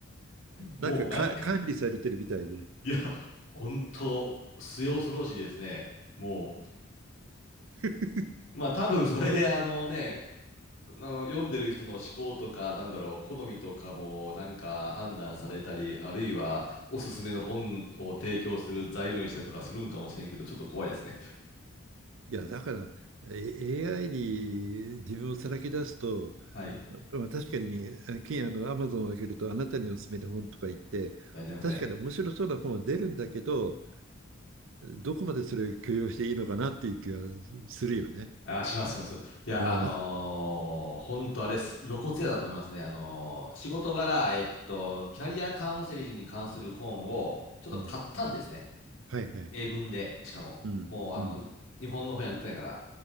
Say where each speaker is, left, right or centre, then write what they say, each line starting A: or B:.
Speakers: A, on the left (about 70°); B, on the right (about 70°).
A: もうなんか、
B: なんかか管理されてるみたいで。
A: いや、本当末恐ろしいですね。も
B: <laughs>
A: う、まあ多分それで、あのね、あの読んでる人の思考とか、なんだろう、好みとかもなんか判断されたり、あるいはおすすめの本を提供する材料にしたりとかするんかもしれんけど、ちょっと怖いですね。
B: いや、だから、え AI に自分をさらけ出すと、
A: <laughs> はい。
B: まあ、確かに、あきあの、アマゾンを開けると、あなたにおすすめの本とか言って、
A: やってますね。
B: 確かに面白そうな本は出るんだけど、どこまでそれを許容していいのかなっていう気はするよね。
A: あー、します、します。いや、
B: うん。
A: あのー、本当あれっす、露骨やだと思いますね。あのー仕事柄、えっと、キャリアカウンセリングに関する本をちょっと買ったんですね。
B: うん。はいはい。
A: 英文で、しかも。
B: うん。
A: もう、あの、
B: うん。
A: に日本の本屋売ってないから。